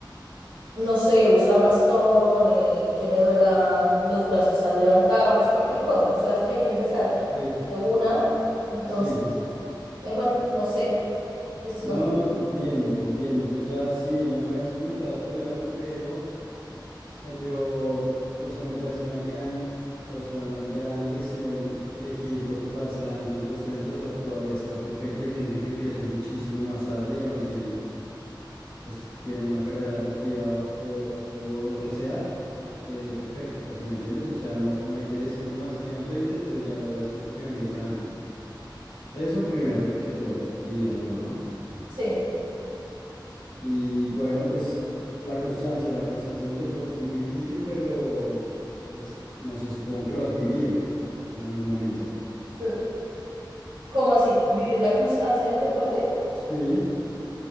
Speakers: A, on the right; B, on the left.
A: no sé, usar bastón, eh, que me duelan los brazos al levantarlos, cualquier cosa. Tú sabes que hay que empezar
B: Sí,
A: de una, entonces,
B: sí, sí. sí.
A: eh, bueno, no sé, esto
B: No,
A: es lo que,
B: no, te entiendo, te entiendo. Pues ya, sí, ya me habías comentado sobre algo, pero, o sea, yo, o sea, me parece una gran, o sea, una gran elección elegir preocuparse antes de los 30, o sea, todavía estás perfecto. Hay gente que empieza muchísimo más tarde y aún así, pues t- tienen una carrera deportiva o, o lo que sea, eh, perfecta, si me entiendes? O sea, no, no hay que decir como así tengo 30, entonces ya lo voy a hacer porque no lo hice antes. Eso primero que todo, diría yo, ¿no?
A: sí,
B: Y bueno, pues la constancia, la constancia en el deporte es muy difícil, pero pues no sé, supongo que lo has vivido en algún momento.
A: cl- ¿cómo así? ¿Vivir la constancia del deporte?
B: Sí.